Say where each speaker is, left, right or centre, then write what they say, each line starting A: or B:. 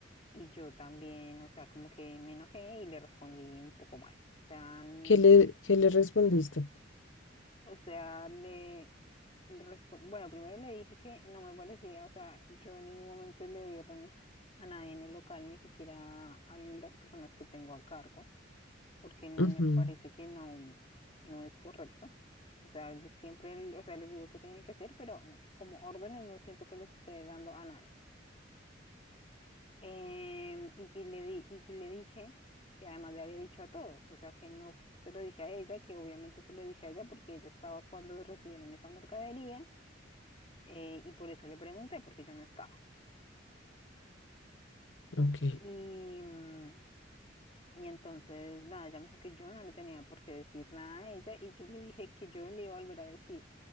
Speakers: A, on the left; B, on the left.
A: Y yo también, o sea, como que me enojé y le respondí un poco mal. O sea, n-
B: ¿Qué le, qué le respondiste?
A: o sea, le le respon- Bueno, primero le dije que no me parecía, o sea, yo en ningún momento le doy órdenes a nadie en el local, ni siquiera a las personas que tengo a cargo, porque me
B: Ujú,
A: parece que no, no es correcto. O sea, de- siempre, el- o sea, les digo qué tienen que hacer, pero n- como órdenes no siento que les esté dando a nadie. Em, y que le di, y que le dije que además le había dicho a todos, o sea, que no f- se lo dije a ella, que obviamente se lo dije a ella porque ella estaba cuando recibieron esa mercadería eh, y por eso le pregunté, porque yo no estaba.
B: Ok.
A: Y, mm, y entonces, nada, ella me dijo que yo no le tenía por qué decir nada a ella y yo le dije que yo le iba a volver a decir,